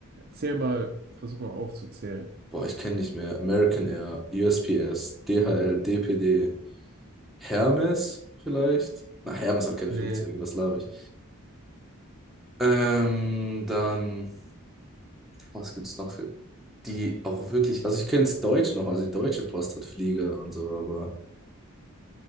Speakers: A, on the right; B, in the centre.
A: zähl mal, versuch mal aufzuzählen.
B: Boah, ich kenne nicht mehr. American Air, USPS, DHL, DPD, Hermes vielleicht? Na, Hermes hat keine
A: Nee,
B: Flugzeuge, was laber ich? Ähm, dann, was gibt's noch für. die auch wirklich, also ich kenne das Deutsche noch, also die Deutsche Post hat Flieger und so, aber